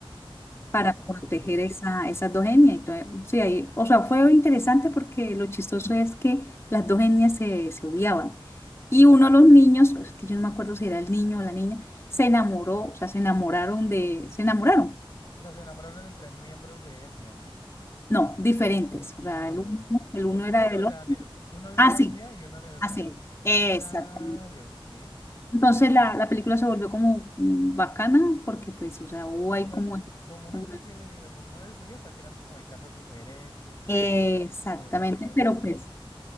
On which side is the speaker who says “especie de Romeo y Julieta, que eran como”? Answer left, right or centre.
Left